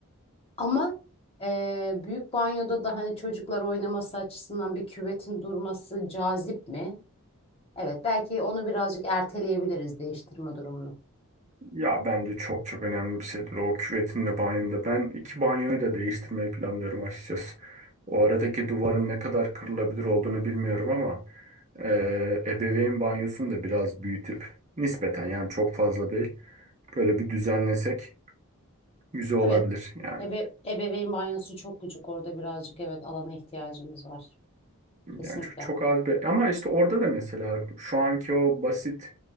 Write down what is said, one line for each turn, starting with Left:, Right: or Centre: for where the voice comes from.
Left: Ama e, büyük banyoda da hani çocuklar oynaması açısından bir küvetin durması cazip mi? Evet belki onu birazcık erteleyebiliriz değiştirme durumunu.
Right: Ya bence çok çok önemli bir şeydir o küvetin de banyonun da. Ben iki banyoyu da değiştirmeyi planlıyorum açıkçası. O aradaki duvarın ne kadar kırılabilir olduğunu bilmiyorum ama eee ebeveyn banyosunu da biraz büyütüp nispeten yani çok fazla değil böyle bir düzenlesek güzel olabilir.
Left: Evet.
Right: Yani
Left: Ebe ebeveyn banyosu çok küçük orada birazcık evet alana ihtiyacımız var. Kesinlikle.
Right: yani çok, çok az bir ama işte orada da mesela şu anki o basit